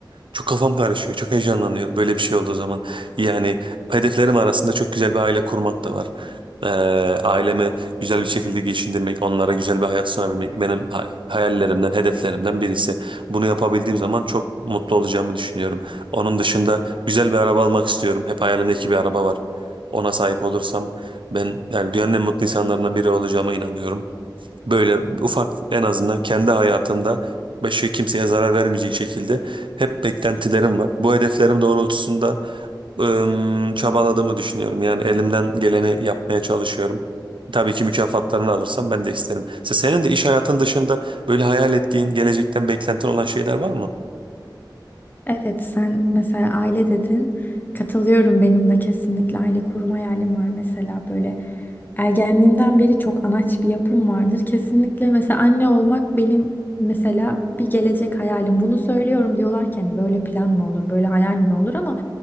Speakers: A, on the right; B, on the left.
A: Çok kafam karışıyor. Çok heyecanlanıyorum böyle bir şey olduğu zaman. Yani hedeflerim arasında çok güzel bir aile kurmak da var. Ee, ailemi güzel bir şekilde geçindirmek, onlara güzel bir hayat sunabilmek benim ha- hayallerimden, hedeflerimden birisi. Bunu yapabildiğim zaman çok mutlu olacağımı düşünüyorum. Onun dışında güzel bir araba almak istiyorum. Hep hayalimdeki bir araba var. Ona sahip olursam ben yani dünyanın en mutlu insanlarından biri olacağıma inanıyorum. Böyle ufak en azından kendi hayatımda başka kimseye zarar vermeyecek şekilde hep beklentilerim var. Bu hedeflerim doğrultusunda ım, çabaladığımı düşünüyorum. Yani elimden geleni yapmaya çalışıyorum. Tabii ki mükafatlarını alırsam ben de isterim. Se- Senin de iş hayatın dışında böyle hayal ettiğin, gelecekten beklentin olan şeyler var mı?
B: Evet sen mesela aile dedin. Katılıyorum benim de kesinlikle aile kurma hayalim var mesela böyle ergenliğimden beri çok anaç bir yapım vardır. Kesinlikle mesela anne olmak benim mesela bir gelecek hayalim. Bunu söylüyorum diyorlarken böyle plan mı olur, böyle hayal mi olur ama